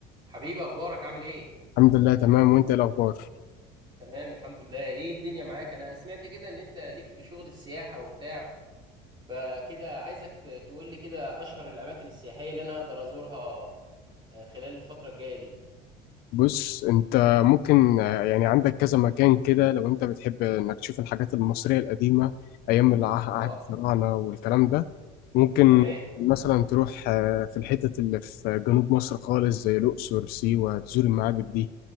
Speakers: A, on the right (about 25°); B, on the left (about 55°).
A: حبيبي اخبارك عامل ايه
B: الحمد لله تمام وانت ايه الاخبار
A: تمام الحمد لله ايه الدنيا معاك انا سمعت كده ان انت ليك في شغل السياحة وبتاع فكده عايزك ت- تقول لي كده اشهر الاماكن السياحية اللي انا اقدر ازورها آه، خلال الفترة الجاية دي
B: بص انت ممكن آه، يعني عندك كذا مكان كده لو انت بتحب انك تشوف الحاجات المصرية القديمة ايام الع-
A: اه
B: عهد الفراعنة والكلام ده ممكن
A: تمام
B: مثلا تروح آه، في الحتت اللي في جنوب مصر خالص زي الاقصر سيوة تزور المعابد دي